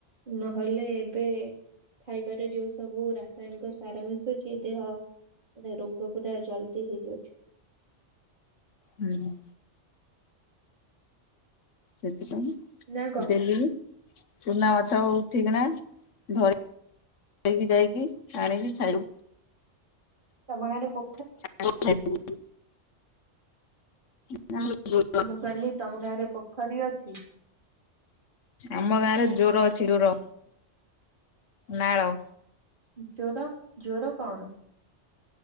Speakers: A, on the right; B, on the left.
A: ନହେଲେ ଏବେ ଖାଇବାର ଯୋଉ ସବୁ ରାସାୟନିକ ସାର ମିଶୁଛି ଦେହ ରୋଗ <unintelligible> ପୁରା ଜଲ୍ଦି ହେଇଯାଉଛି।
B: ହୁଁ। ସେଥିପାଇଁ
A: ନା କଣ?
B: ଡେଲି ଚୁନା ମାଛ ଉଠେଇକିଣ ଧରି ଆଣିକି ଯାଇକି ଆଣିକି ଖାଇବୁ।
A: ତମ ଗାଁରେ ପୋ
B: <unintelligible> <unintelligible>
A: ମୁଁ କହିଲି ତମ ଗାଁରେ ପୋଖରୀ ଅଛି?
B: ଆମ ଗାଁରେ ଜୋର ଅଛି ଜୋର ନାଳ
A: ଜ୍ୱର ଜ୍ୱର କଣ?